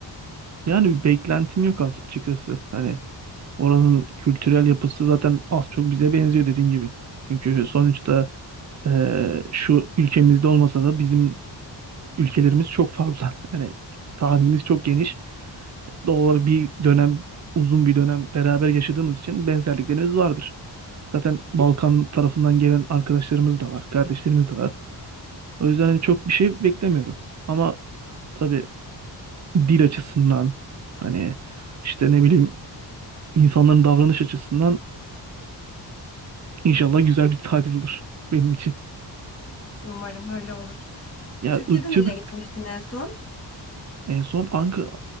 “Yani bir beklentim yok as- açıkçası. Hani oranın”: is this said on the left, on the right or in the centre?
Right